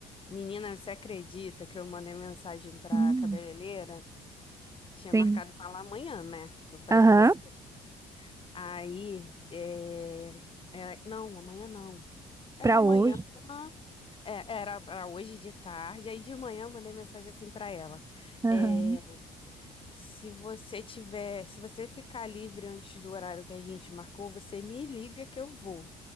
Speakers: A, on the left; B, on the right.
A: Menina, você acredita que eu mandei mensagem pra
B: Hum,
A: cabeleireira? Tinha
B: sim.
A: marcado com ela amanhã, né? Que eu falei
B: Aham,
A: com você. Aí, é... é, Não, amanhã não. Era
B: pra
A: amanhã,
B: hoje.
A: é, era para hoje de tarde. Aí de manhã eu mandei mensagem assim pra ela.
B: Aham.
A: É, Se você tiver, se você ficar livre antes do horário que a gente marcou, você me liga que eu vou.